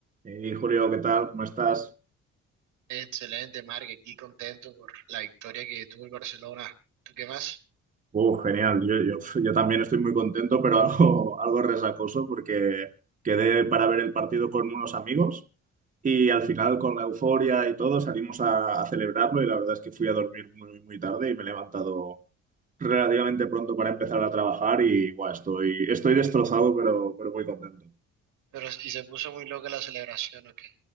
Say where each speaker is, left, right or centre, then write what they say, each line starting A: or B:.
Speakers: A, on the right; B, on the right.
A: Hey, Julio, ¿qué tal? ¿Cómo estás?
B: Excelente, Marc, aquí contento por la victoria que tuvo el Barcelona. ¿Tú qué más?
A: Oh, genial. Yo, yo- <laughs> yo también estoy muy contento, pero algo, <laughs> algo resacoso porque quedé para ver el partido con unos amigos y al final con la euforia y todo salimos a, a celebrarlo y la verdad es que fui a dormir muy, muy tarde y me he levantado relativamente pronto para empezar a trabajar y buah, estoy, estoy destrozado, pero, pero muy contento.
B: Pero y se puso muy loca la celebración, ¿ok?